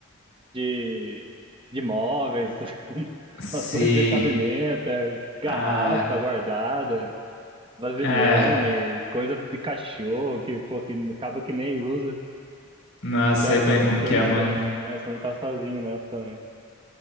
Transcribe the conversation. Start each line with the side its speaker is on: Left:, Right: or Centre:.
Right: de, de móveis, <laughs>
Left: <laughs> Sim.
Right: umas coisas de cabimento, é,
Left: Ah,
Right: garrafa guardada, vasilhame,
Left: é.
Right: coisa de cachorro que, pô, que acaba que nem usa.
Left: Não, sei
Right: Então, pô,
Left: bem
Right: se
Left: como
Right: você
Left: que
Right: não,
Left: é, mano.
Right: se, é, você não tá sozinho nessa também.